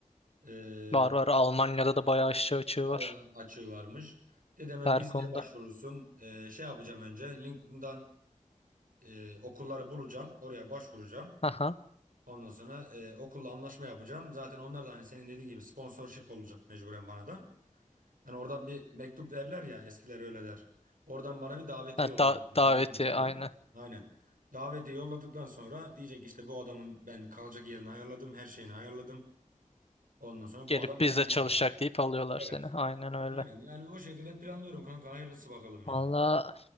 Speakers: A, on the right (about 90°); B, on the left (about 45°).
A: Ee,
B: Var var. Almanya'da da bayağı aşçı açığı
A: bayağı
B: var.
A: açığı varmış. Dedi hemen
B: Her
A: vizeye
B: konuda.
A: başvurursun. Ee, şey yapacağım önce LinkedIn'dan e, okulları bulacağım. Oraya başvuracağım.
B: Aha.
A: Ondan sonra e, okulla anlaşma yapacağım. Zaten onlar da hani senin dediğin gibi sponsorship olacak mecburen bana da. Hani oradan bir mektup derler ya eskiler öyle der. Oradan bana bir davetiye
B: Ha,
A: olacak.
B: da
A: bir
B: daveti
A: Davet mektubu.
B: aynen.
A: Aynen. Davetiye yolladıktan sonra diyecek işte bu adamın ben kalacak yerini ayarladım. Her şeyini ayarladım. Ondan sonra
B: Gelip
A: bu adam
B: biz
A: benimle
B: de çalışacak
A: kaldı.
B: deyip alıyorlar
A: Evet.
B: seni. Aynen öyle.
A: Aynen yani o şekilde planlıyorum kanka hayırlısı bakalım ya.
B: Valla